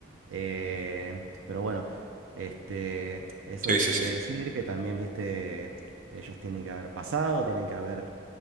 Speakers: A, on the right (about 80°); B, on the right (about 40°).
A: eh, pero bueno, este, eso
B: sí, sí,
A: quiere
B: sí.
A: decir que también, ¿viste? Ellos tienen que haber pasado, tienen que haber